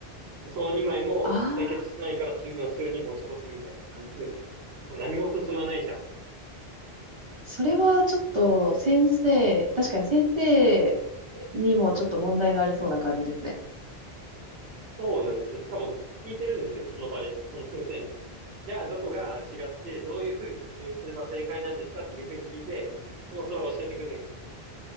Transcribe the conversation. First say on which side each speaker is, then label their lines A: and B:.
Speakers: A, on the right (about 75°); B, on the right (about 35°).
A: な。その2枚も解決しないから次の週に持ち越しみたいな感じでね、
B: ああ、
A: もう何も進まないじゃん。
B: それはちょっと先生、確かに先生にもちょっと問題がありそうな感じですね。
A: そうなんですよ。しかも聞いてるんですよ、その場で、その先生に。じゃあ、どこが違って、どういうふうに説明すれば正解なんですかっていうふうに聞いて、もうそれは教えてくれないんです。